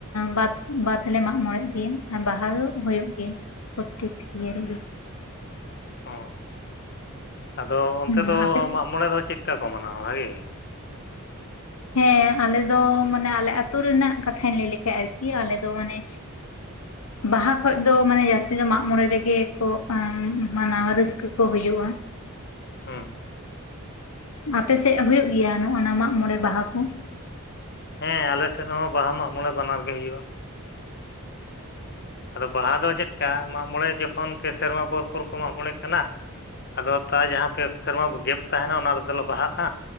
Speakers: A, on the left; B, on the left.
A: ᱵᱟᱫᱽ ᱵᱟᱫᱽᱞᱮ ᱢᱟᱜ ᱢᱬᱮᱜ ᱜᱮᱭᱟ, ᱟᱨ ᱵᱟᱦᱟ ᱫᱚ ᱦᱩᱭᱩᱜ ᱜᱮᱭᱟ ᱯᱨᱚᱛᱮᱠ ᱤᱭᱟᱹ ᱨᱮᱜᱮ
B: ᱚᱻ, ᱟᱫᱚ ᱚᱱᱛᱮ
A: ᱦᱮᱸ
B: ᱫᱚ
A: ᱟᱯᱮ
B: ᱢᱟᱜᱢᱚᱬᱮ ᱫᱚ ᱪᱮᱫᱠᱟ ᱠᱚ ᱢᱟᱱᱟᱣᱟ ᱵᱷᱟᱜᱮ ᱜᱮ?
A: ᱦᱮᱸ ᱟᱞᱮ ᱫᱚ ᱢᱟᱱᱮ ᱟᱞᱮ ᱟᱹᱛᱩ ᱨᱮᱱᱟᱜ ᱠᱟᱛᱷᱟᱧ ᱞᱟᱹᱭ ᱞᱮᱜᱮ ᱟᱨᱠᱤ ᱟᱞᱮ ᱫᱚ ᱢᱟᱱᱮ ᱵᱟᱦᱟ ᱠᱷᱚᱡ ᱫᱚ ᱢᱟᱱᱮ ᱡᱟᱹᱥᱛᱤ ᱫᱚ ᱢᱟᱜ ᱢᱚᱬᱮ ᱨᱮᱜᱮ ᱠᱚ ᱢᱟᱱᱟᱣᱟ ᱨᱟᱹᱥᱠᱟᱹ᱾ ᱠᱚ ᱦᱩᱭᱩᱜᱼᱟ᱾
B: ᱦᱮᱸ
A: ᱟᱯᱮᱥᱮᱜ ᱦᱩᱭᱩᱜ ᱜᱮᱭᱟ ᱱᱚᱜᱼᱱᱟ ᱢᱟᱜᱢᱚᱬᱮ ᱵᱟᱦᱟ ᱠᱚ᱾
B: ᱦᱮᱸ ᱟᱞᱮᱥᱮᱫ ᱦᱚᱸ ᱵᱟᱦᱟ ᱢᱟᱜ ᱢᱚᱬᱮ ᱵᱟᱱᱟᱨ ᱜᱮ ᱦᱳᱭᱳᱜᱼᱟ᱾ ᱟᱫᱚ ᱵᱟᱦᱟ ᱫᱚ ᱪᱮᱫ ᱠᱟ ᱢᱟᱜᱽ ᱢᱚᱬᱮ ᱡᱚᱠᱷᱚᱱ ᱯᱮ ᱥᱮᱨᱢᱟ ᱯᱚᱨ ᱯᱚᱨ ᱠᱚ ᱢᱟᱜ ᱢᱚᱬᱮ ᱠᱟᱱᱟ᱾ ᱟᱫᱚ ᱛᱟ ᱡᱟᱦᱟᱸ ᱯᱮ ᱥᱮᱨᱢᱟ ᱜᱮᱯ ᱛᱟᱦᱮᱱᱟ ᱚᱱᱟ ᱨᱮᱫᱚᱞᱮ ᱵᱟᱦᱟᱜᱼᱟ᱾